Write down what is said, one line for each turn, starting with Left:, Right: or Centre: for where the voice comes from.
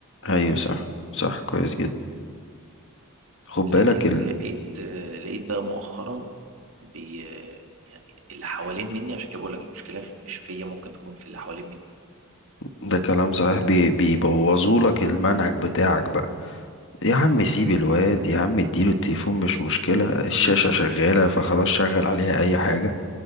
Left: ايوه صح صح كويس جدا خد
Right: لكن
Left: بالك ال...
Right: لقيت آه، لقيت بقى مؤخرا بي آه، يعني اللي حوالين مني عشان كده بقول لك المشكله في- مش فيا ممكن تكون في اللي حوالين مني
Left: ده كلام صحيح بي... بيبوظوا لك المنهج بتاعك بقى يا عم سيب الواد يا عم اديله التليفون مش مشكلة الشاشة شغالة فخلاص شغل عليها اي حاجة